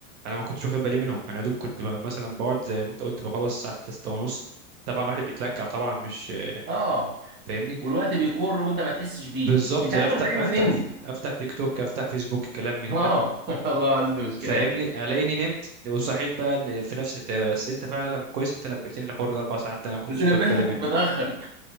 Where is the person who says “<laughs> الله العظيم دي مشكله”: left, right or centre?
Right